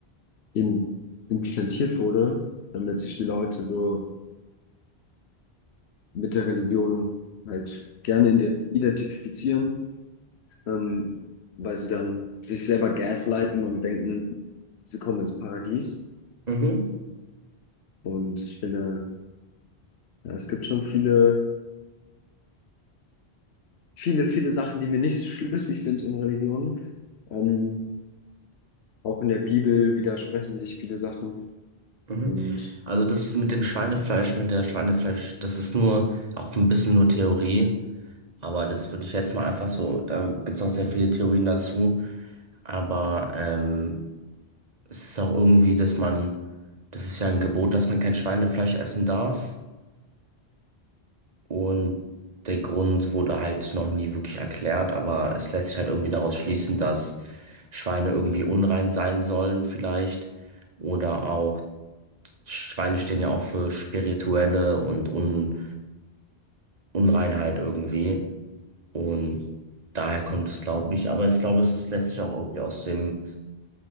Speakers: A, on the left (about 80°); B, on the right (about 40°).
A: im, implantiert wurde, damit sich die Leute so mit der Religion halt gerne ide- identifizieren, ähm, weil sie dann sich selber gaslighten und denken, sie kommen ins Paradies.
B: mhm,
A: Und ich finde, ja, es gibt schon viele, viele, viele Sachen, die mir nicht schlüssig sind in Religionen. Ähm, auch in der Bibel widersprechen sich viele Sachen.
B: mhm.
A: Und
B: Also das mit dem Schweinefleisch, mit der Schweinefleisch, das ist nur auch ein bisschen nur Theorie, aber das würde ich jetzt mal einfach so, da gibt's auch sehr viele Theorien dazu, aber ähm, es ist auch irgendwie, dass man, das ist ja ein Gebot, dass man kein Schweinefleisch essen darf. Und der Grund wurde halt noch nie wirklich erklärt, aber es lässt sich halt irgendwie daraus schließen, dass Schweine irgendwie unrein sein sollen vielleicht. Oder auch Schweine stehen ja auch für spirituelle und Un Unreinheit irgendwie. Und daher kommt es, glaube ich. Aber ich glaube, es es lässt sich auch irgendwie aus dem